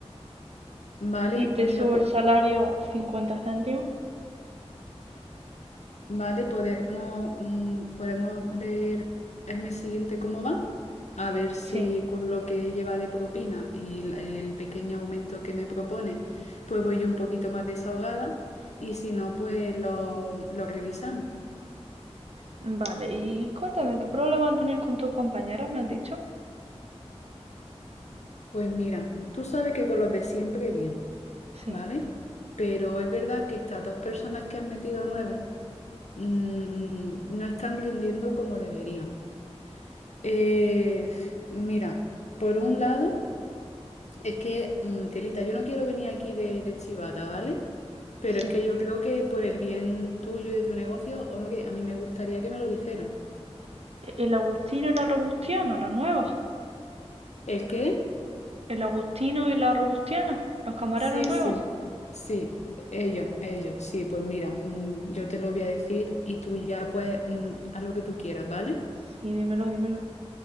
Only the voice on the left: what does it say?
Vale,
mira,
pues,
vale, podemos, mm, podemos ver el mes siguiente cómo va, a ver si
con lo que lleva de propina y el, el pequeño aumento que me propone, pues voy yo un poquito más desahogada y si no, pues lo, lo revisamos.
Pues mira, tú sabes que con los de siempre bien,
¿vale? Pero es verdad que estas dos personas que han metido nuevas, mm, no están rindiendo como deberían. Eh, mira, por un lado, es que, mm, Telita, yo no quiero venir aquí de, de chivata, ¿vale? Pero
es que yo creo que por el bien tuyo y de tu negocio, hombre, a mí me gustaría que me lo dijeran.
¿El qué?
Sí,
sí, sí, ellos, ellos, sí, pues mira, mm, yo te lo voy a decir y tú ya pues mm, haz lo que tú quieras, ¿vale?